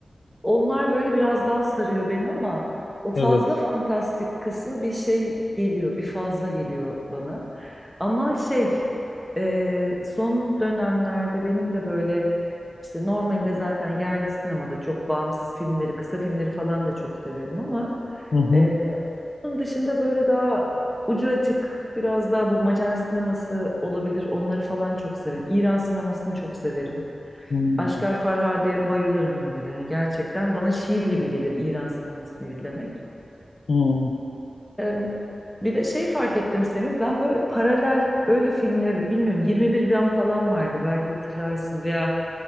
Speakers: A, in the centre; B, on the left.
A: onlar böyle biraz daha sarıyor beni ama o fazla
B: evet.
A: fantastik kısmı bir şey geliyor bir fazla geliyor bana ama şey e, son dönemlerde benim de böyle işte normalde zaten yerli sinemada çok bağımsız filmleri kısa filmleri falan da çok severim ama
B: Hı hı,
A: ee, onun dışında böyle daha ucu açık biraz daha bu Macar sineması olabilir. Onları falan çok severim. İran sinemasını çok severim.
B: hı
A: Aşgar Farhadi'ye bayılırım böyle. Hani gerçekten bana şiir gibi gelir İran sinemasını izlemek.
B: hı,
A: Ee, bir de şey fark ettim Semih. Ben böyle paralel öyle filmleri de- bilmiyorum 21 gram falan vardı belki hatırlarsın veya